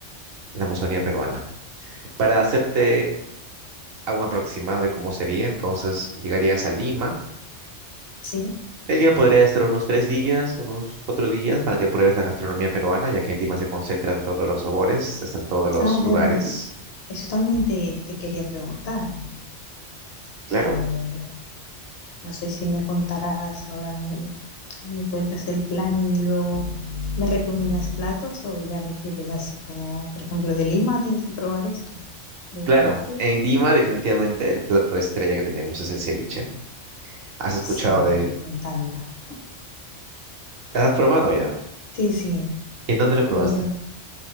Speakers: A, on the right; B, on the left.
A: la Amazonía peruana. Para hacerte algún aproximado de cómo sería, entonces llegarías a Lima.
B: Sí.
A: En Lima podría estar unos tres días, unos cuatro días, para que pruebes la gastronomía peruana, ya que en Lima se concentran todos los sabores, están todos los
B: Ah,
A: lugares.
B: bueno, eso también te, te quería preguntar.
A: Claro.
B: que no sé si me contarás ahora, me, me cuentas el plan y luego me recomiendas platos o ya me quieres así como, por ejemplo, de Lima, tienes que probar esto. De
A: Claro,
B: aquí,
A: en Lima definitivamente el plato estrella que tenemos es el ceviche. ¿Has escuchado
B: Sí,
A: de
B: me encanta.
A: ¿Has probado ya?
B: Sí, sí,
A: ¿En dónde lo probaste?
B: he ido.